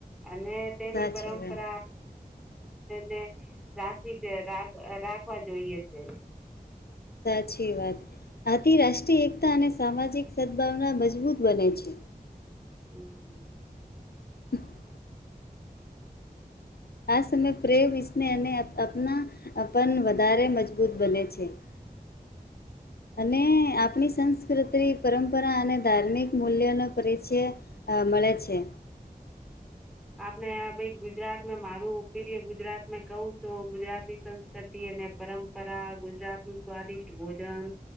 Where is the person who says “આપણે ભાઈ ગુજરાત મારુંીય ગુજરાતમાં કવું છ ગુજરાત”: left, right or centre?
Centre